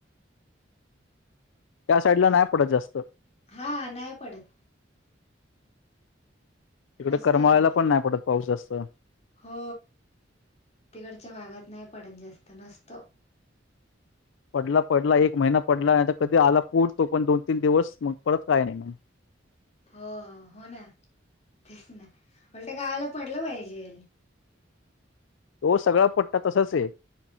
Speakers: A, on the left; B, on the left.
A: त्या साईड ला नाही पडत जास्त
B: हा नाही पडत.
A: तिकडे
B: नसतो
A: करमाळ्याला
B: एवढा
A: पण नाही पडत पाऊस जास्त
B: हो तिकडच्या भागात नाही पडत जास्त नसतो.
A: पडला पडला एक महिना पडला आणि आता कधी आला पूर तो पण दोन तीन दिवस मग परत काय नाही.
B: हो हो ना तेच ना उलटं गावाला पडलं पाहिजे.
A: तो सगळा पट्टा तसंच आहे.